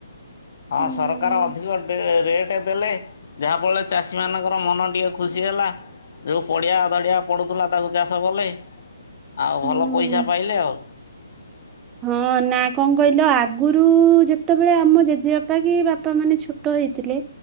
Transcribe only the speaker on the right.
ହୁଁ
ହୁଁ
ହଁ ନା କଣ କହିଲ ଆଗରୁ-ଉ-ଉ ଯେତେବେଳେ ଆମ ଜେଜେବାପା କି ବାପ୍ ବାପାମାନେ ଛୋଟ ହେଇଥିଲେ